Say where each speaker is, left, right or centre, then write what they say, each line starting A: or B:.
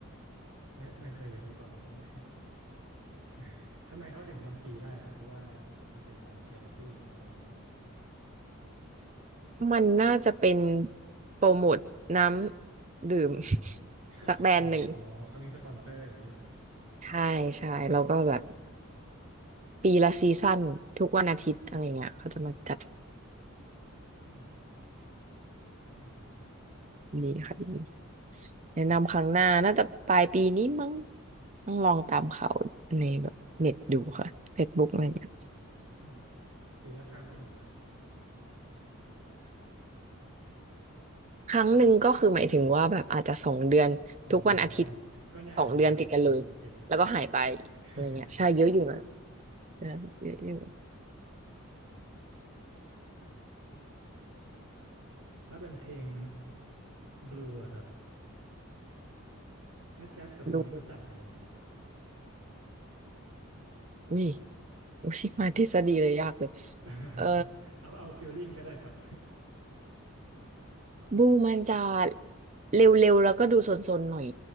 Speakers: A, on the right (about 80°); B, on the right (about 35°).
A: ไม่ไม่เคยลืมมาก่อนเลยอันเนี่ย <laughs> ทำไมเขาถึงทำฟรีได้ครับเพราะว่ามันเป็นอะไรชาริตี้หรือว่ายังไงครับ
B: มันน่าจะเป็นโปรโมทน้ำดื่ม
A: <laughs>
B: <laughs> สักแบรนด์หนึ่ง
A: อ๋อเหรออ๋อเขามีสปอนเซอร์อย่างนี้เหรอครับ
B: ใช่ใช่แล้วก็แบบปีละซีซั่นทุกวันอาทิตย์อะไรเงี้ยเขาจะมาจัด
A: อืมน่าสนใจดี
B: ดีค่ะดีแนะนำครั้งหน้าน่าจะปลายปีนี้มั้งต้องลองตามเขาในแบบเน็ตดูค่ะเฟซบุ o กอะไรเงี้ย
A: อืมปีละครั้งเองเหรอครับ
B: ครั้งหนึ่งก็คือหมายถึงว่าแบบอาจจะสองเดือนทุกวันอาทิตย์
A: อ๋อก็นานอยู่เออโอเคโอเค
B: สองเดือนติดกันเลยแล้วก็หายไปอะไรเงี้ยใช่เยอะอยู่นะ
A: <laughs>
B: เออเยอะอยู่
A: ถ้าเป็นเพลงบลูล่ะครับแล้วแจ๊สกับบลูนี่มันต่างกันยังไงนะครับ
B: ดู อุ้ยอุ้ยมาทฤษฎีเลยยากเลย
A: <laughs>
B: เอ่อ
A: เอาเอาฟีลลิ่งก็ได้ครับ
B: บูมันจะเร็วๆแล้วก็ดูซนๆหน่อย